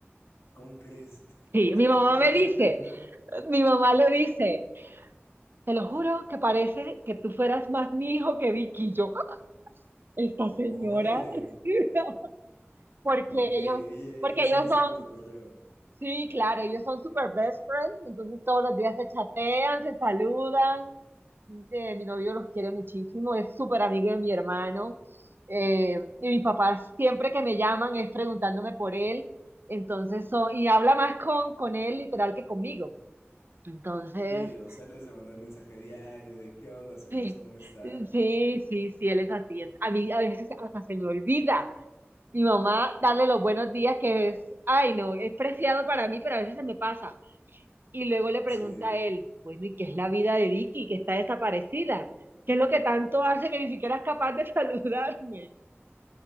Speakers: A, on the left; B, on the right.
A: ¿Cómo crees?
B: Sí,
A: <laughs>
B: mi mamá
A: ¿Por
B: me
A: qué
B: dice,
A: se aliviana?
B: mi mamá le dice. Te lo juro que parece que tú fueras más mi hijo que Vicky. Y Yo, ¡ah! esta señora,
A: Órale.
B: <laughs> porque
A: Porque
B: ellos,
A: ella,
B: porque
A: él sí
B: ellos
A: le sigue
B: son,
A: el cotorreo.
B: sí, claro, ellos son super best friends, entonces todos los días se chatean, se saludan. Eh, mi novio los quiere muchísimo, es súper amigo de mi hermano. eh, y mis papás siempre que me llaman es preguntándome por él, entonces son, y habla más con, con él literal que conmigo. Entonces,
A: Sí, o sea, les de mandar el mensaje diario de qué onda, suegros,
B: Sí,
A: ¿cómo están?
B: sí, sí, sí, él es así. es- A mí a veces hasta se me olvida. Mi mamá, darle los buenos días, que es, ay, no, es preciado para mí, pero a veces se me pasa. Y luego le pregunta
A: Sí.
B: a él, bueno, ¿y qué es la vida de Vicky, que está desaparecida? ¿Qué es lo que tanto hace que ni siquiera es capaz de <laughs> saludarme?